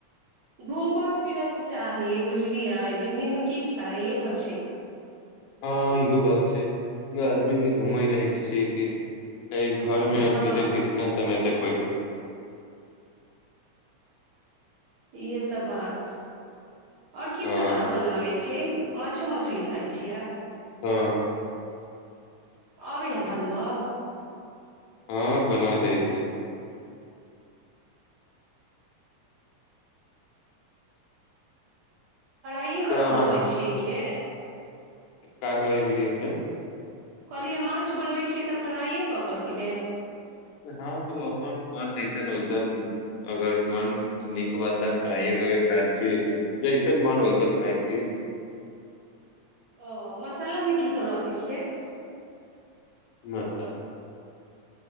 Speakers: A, on the right; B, on the left.
A: घुमय फिरय के चाही बुझलि यै जिन्गीमें की तऽ इहे सब छै कि
B: हँ इहो बात छै आदमी के घूमै रहैके छै कि क घर में
A: हँ
B: अकेले कितना समय तक <unintelligible>
A: इहे सब बात और की
B: हँ
A: सब अहाँ बना ले छीियै माछो मछली खाइ छियै
B: हँ
A: अइबै यै बनबअ
B: हँ बना दै छी
A: पढ़इए
B: तऽ
A: कऽ कऽ
B: अहाँ
A: बनबै छियै कि ने
B: का कहैत रहियै अपने
A: कहलियै माछ बनबैत छी तऽ फ्राइए कऽ कऽ कि ने
B: हँ तू अपन मन जैसन वैसन अगर मन नीक बा तऽ ह खाइ कर खा ल छी जैसन मन वैसन खाइ छी
A: ओ मसालामे किसभ रखै छियै
B: मस